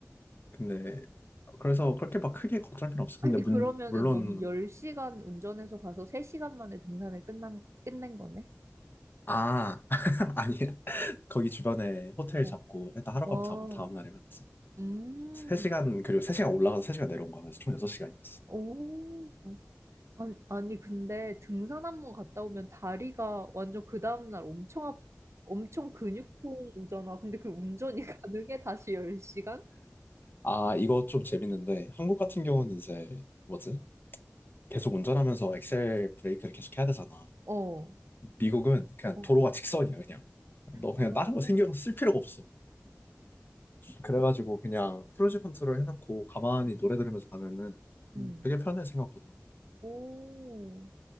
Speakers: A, on the left (about 40°); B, on the right (about 60°).
A: 근데 그래서 그렇게 막 크게 걱정할 필요 없어. 근데
B: 아니,
A: 문,
B: 음. 그러면은
A: 물론
B: 너는 10시간 운전해서 가서 3시간 만에 등산을 끝난, 끝낸 거네?
A: 아 <laughs> 아니 거기 주변에 호텔
B: 어.
A: 잡고 일단 하룻밤
B: 와,
A: 자고 다음날에 갔지.
B: 음,
A: 3시간, 그리고 3시간 올라가서 3시간 내려온 거야. 그래서 총 6시간이었어.
B: 오. 아니, 아니, 근데 등산 한 번 갔다 오면 다리가 완전 그 다음날 엄청, 아, 엄청 근육통 오잖아. 근데 그 운전이 <laughs> 가능해? 다시 10시간?
A: 아, 이거 좀 재밌는데, 한국 같은
B: 어,
A: 경우는 이제, 뭐지? 계속 운전하면서 엑셀 브레이크를 계속 해야 되잖아.
B: 어.
A: 미국은 그냥
B: 어.
A: 도로가 직선이야, 그냥. 너 그냥
B: 아, 어머.
A: 다른 거 신경 쓸 필요가 없어. 그래가지고 그냥 크루즈 컨트롤 해놓고 가만히 노래 들으면서 가면은
B: 음.
A: 음, 되게 편해, 생각보다.
B: 오.